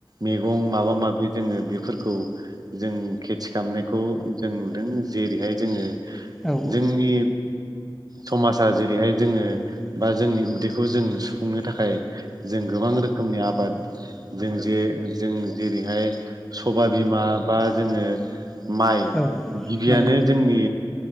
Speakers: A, on the right (about 50°); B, in the centre.
A: मैगं माबा माबि जोङो बेफोरखौ जों खेथि खालामनायखौ जों नुदों जेरैहाय जोङो
B: औ
A: जोंनि समाजा जेरैहाय जोङो बा जोंनि उदैखौ जों सुफुंनो थाखाय जों गोबां रोखोमनि आबाद जों जे जों जेरैहाय सभाय बिमा बा जोङो माइ
B: औ
A: गिबियानो
B: नंगौ
A: जोंनि